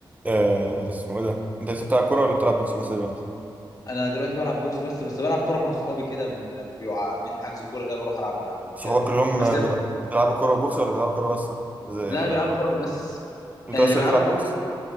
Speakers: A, on the right; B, on the left.
A: آه اسمه ايه ده انت لسه بتلعب كوره ولا بتلعب بوكس بس دلوقتي
B: انا دلوقتي بلعب بوكس بس بس بلعب كوره مع اصحابي كده ب- لما بيبقوا عاملين حجز كوره كده بروح العب معاهم وبتاع
A: صحابك كلهم
B: بس
A: آه،
B: ده-
A: بيلع- بيلعبوا كوره وبوكس ولا بيلعبوا كوره بس بقى؟ زي
B: لا
A: يعني
B: بيلعبوا كوره وبس
A: انت
B: يعني
A: بس
B: اللي
A: اللي
B: بيلعبوا
A: بتلعب
B: بوكس
A: بوكس